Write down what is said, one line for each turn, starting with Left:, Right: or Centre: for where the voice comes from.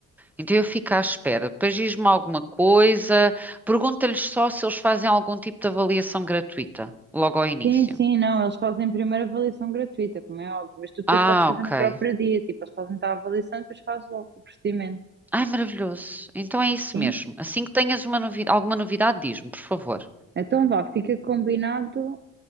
Centre: Então eu fico à espera. Depois diz-me alguma coisa, pergunta-lhes só se eles fazem algum tipo de avaliação gratuita, logo ao início.
Right: Sim, sim, não, eles fazem primeiro avaliação gratuita, como é óbvio, mas tu depois
Centre: Ah,
Right: podes fazer
Centre: ok.
Right: no próprio dia, tipo, eles fazem-te a avaliação e depois fazes logo o procedimento,
Centre: Ai, maravilhoso. Então é isso
Right: sim?
Centre: mesmo. Assim que tenhas uma novi- alguma novidade, diz-me, por favor.
Right: Então vá, fica combinado,